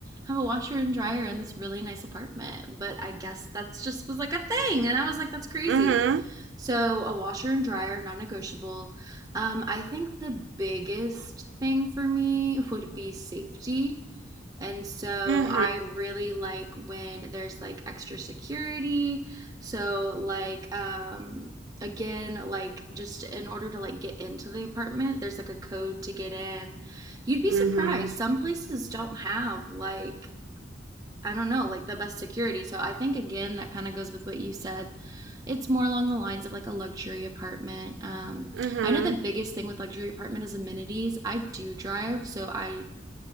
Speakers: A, on the right; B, on the right.
A: have a washer and dryer in this really nice apartment. But I guess that's just was like a thing. And I was like, that's crazy.
B: hmm
A: So a washer and dryer, non negotiable. Um, I think the biggest thing for me would be safety. And so
B: hmm
A: I really like when there's like extra security. So like um again like just in order to like get into the apartment, there's like a code to get in. You'd be surprised.
B: Mm-hmm.
A: Some places don't have like I don't know, like the best security. So I think again that kind of goes with what you said. It's more along the lines of like a luxury apartment. Um
B: Mm-hmm.
A: I know the biggest thing with luxury apartment is amenities. I do drive, so I